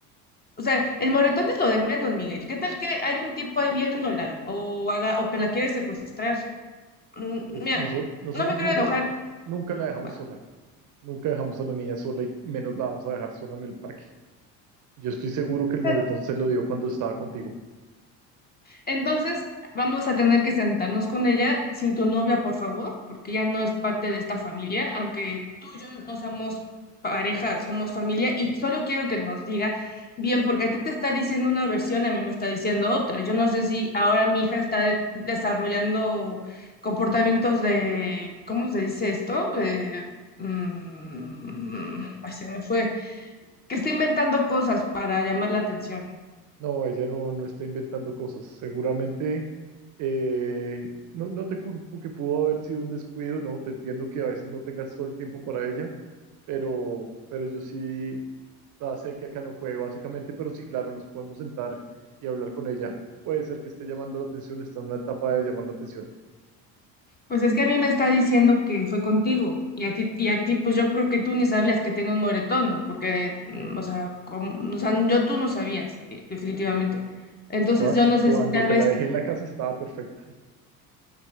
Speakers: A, on the left; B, on the right.
A: O sea,
B: No,
A: el moretón es lo de menos, Miguel, ¿qué tal que hay un tipo ahí viéndola o, haga, o que la quiere secuestrar? Mm,
B: pues
A: Mira,
B: nosotros, nosotros
A: no me quiero
B: nunca,
A: enojar.
B: nunca la dejamos
A: Bueno,
B: sola. Nunca dejamos a la niña sola y menos la vamos a dejar sola en el parque. Yo estoy seguro que
A: o
B: el
A: sea,
B: moretón se lo dio cuando estaba contigo.
A: entonces vamos a tener que sentarnos con ella sin tu novia, por favor, porque ya no es parte de esta familia, aunque tú y yo no somos pareja, somos familia, y solo quiero que nos diga bien, porque a ti te está diciendo una versión, a mí me está diciendo otra. Yo no sé si ahora mi hija está de- desarrollando comportamientos de, ¿cómo se dice esto? Eh, mm, ay, se me fue que está inventando cosas para llamar la atención.
B: No, ella no, no está inventando cosas. Seguramente, eh, no, no te culpo que pudo haber sido un descuido, ¿no? Te entiendo que a veces no tengas todo el tiempo para ella, pero, pero yo sí, o sea, sé que acá no fue básicamente, pero sí, claro, nos podemos sentar y hablar con ella. Puede ser que esté llamando la atención, está en una etapa de llamar la atención.
A: Pues es que a mí me está diciendo que fue contigo y a ti, y a ti pues yo creo que tú ni sabías que tenía un moretón, porque, mm, o sea, como- o sea, yo tú no sabías, eh, definitivamente. Entonces
B: Cua-
A: yo no
B: Cuando
A: sé si tal
B: te
A: vez
B: la dejé en la casa estaba perfecta.